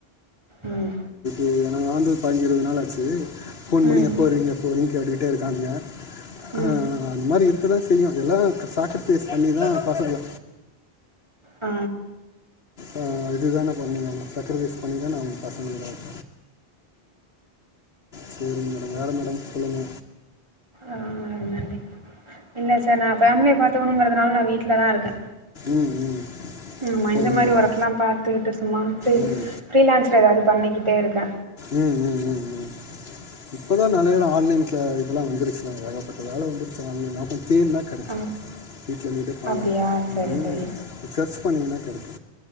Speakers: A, on the right; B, on the left.
A: ம்
B: ஏ நா ஆந்து பைஞ்சு இருவது நாள் ஆச்சு போன் பண்ணி
A: ம்
B: எப்போ வருவீங்க எப்போ வருவீங்கன் கேட்டுடே இருக்கானுங்க
A: ம்
B: ஆ மாரி இருக்கதா செய்யு எல்லா சாக்ரிபைஸ் பண்ணிதா பசங்கள
A: ஆ
B: ஆ இது தான பண்ணி ஆவனு சக்ரிபைஸ் பண்ணி தான ஆவனு பசங்களுக்காக செரி மேடம் வேற மேடம் சொல்லுங்க
A: ஆ நன்றி இல்ல சார் நா ஃபேமிலிய பாத்துக்கனோங்றதுனால நா வீட்ல தா இருக்கே
B: ம் ம்
A: ஆமா
B: சரிங்க
A: இந்த மாரி
B: மேடம்
A: ஒர்க்லா பாத்துக்கிட்டு சும்மா ஃப்ரீ
B: ம்
A: ஃப்ரீலான்ஸ்ல ஏதாது பண்ணிக்கிட்டே இருக்கே
B: ம் ம் ம் இப்பதா நெறைய ஆன்லைன் க இதுலா வந்துருச்சுல ஏகப்பட்ட வேல வந்துருச்சு தேட்னா கெடைக்
A: ஆ
B: வீட்ல இருந்துட்டே பண்லா
A: அப்டியா சரி
B: ம்
A: சரி
B: சர்ச் பண்ணிங்கன்னா கெடைக்கோ